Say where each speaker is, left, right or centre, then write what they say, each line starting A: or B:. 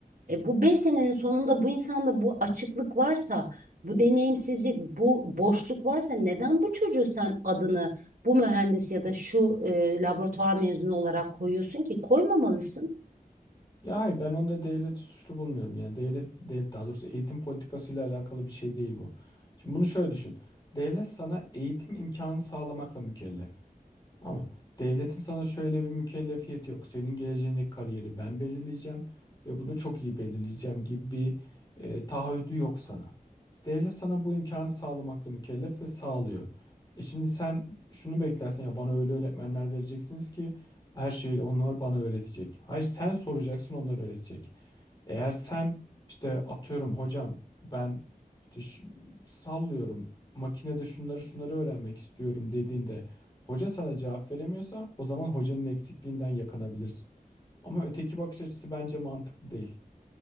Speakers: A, on the right (about 65°); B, on the left (about 25°).
A: E, bu 5 senenin sonunda bu insanda bu açıklık varsa, bu deneyimsizlik, bu boşluk varsa neden bu çocuğu sen adını bu mühendis ya da şu e, laboratuvar mezunu olarak koyuyorsun ki koymamalısın?
B: Ya hayır ben onda devleti suçlu bulmuyorum. Yani devlet, de- daha doğrusu eğitim politikasıyla alakalı bir şey değil bu. Şimdi bunu şöyle düşün. Devlet sana eğitim imkanı sağlamakla mükellef. Ama devletin sana şöyle bir mükellefiyeti yok. Senin geleceğindeki kariyeri ben belirleyeceğim ve bunu çok iyi belirleyeceğim gibi bir e, taahhüdü yok sana. Devlet sana bu imkanı sağlamakla mükellef ve sağlıyor. E şimdi sen şunu beklersen ya bana öyle öğretmenler vereceksiniz ki her şeyi onlar bana öğretecek. Hayır sen soracaksın onlar öğretecek. Eğer sen işte atıyorum hocam ben işte şu- sallıyorum makinede şunları şunları öğrenmek istiyorum dediğinde Hoca sana cevap veremiyorsa o zaman hocanın eksikliğinden yakınabilirsin. Ama öteki bakış açısı bence mantıklı değil.